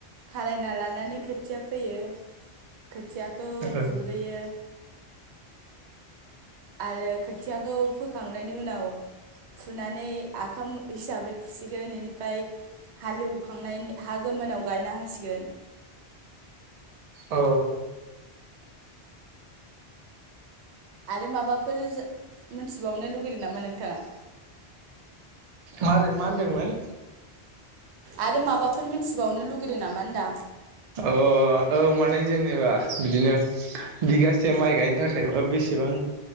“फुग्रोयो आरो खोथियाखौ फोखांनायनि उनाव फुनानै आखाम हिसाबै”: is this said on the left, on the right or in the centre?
Right